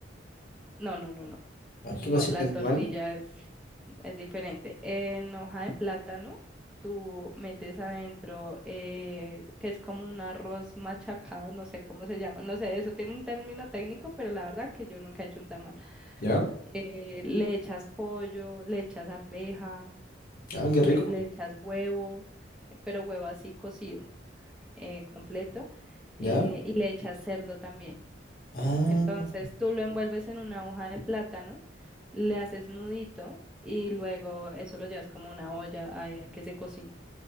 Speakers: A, in the centre; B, on the left (about 50°).
A: no, no, no, no,
B: ¿A qué
A: no,
B: consiste
A: la
B: el
A: tortilla
B: tamal?
A: es, es diferente. En hoja de plátano, tú metes adentro, eh, que es como un arroz machacado, no sé cómo se llama, no sé, eso tiene un término técnico, pero la verdad que yo nunca he hecho un tamal.
B: ¿Ya?
A: Eh, le echas pollo, le echas arveja.
B: Ah, qué rico.
A: eh, le echas huevo, pero huevo así cocido, eh, completo, eh,
B: ¿Ya?
A: y le echas cerdo también.
B: Ah,
A: Entonces tú lo envuelves en una hoja de plátano, le haces nudito y luego eso lo llevas como a una olla ahí a que se cocine.